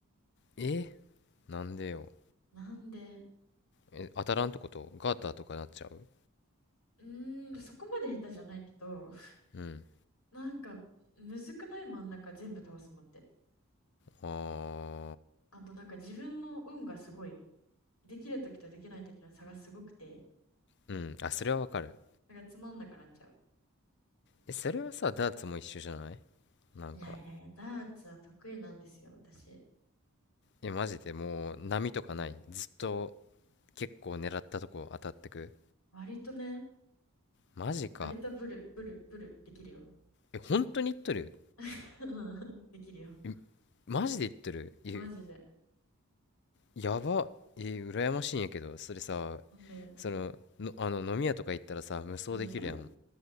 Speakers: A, on the left (about 55°); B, on the left (about 90°).
A: えなんでよ。
B: なんで
A: え、当たらんってことガーターとかなっちゃう
B: うーん、そこまで下手じゃないけど、<laughs>
A: うん。
B: なんか、むずくない真ん中全部倒すのって。
A: あ
B: あとなんか自分の運がすごい、できるときとできないときの差がすごくて、
A: ー、うん。あ、それはわかる。
B: なんかつまんなくなっちゃう。
A: え、それはさ、ダーツも一緒じゃないなんか。
B: いやいやいや、ダーツは得意なんですよ、私。
A: え、マジでもう波とかない。ずっと結構狙ったとこ当たってく
B: 割とね、
A: マジか
B: 割とブルブルブルできるよ。
A: え本当に言っとる
B: <laughs> うんできるよ。
A: えマジで言っとるえ
B: マジで。
A: やばえ羨ましいんやけどそれさ
B: ね、
A: その、のあの飲み屋とか行ったらさ無双できるやん
B: うん。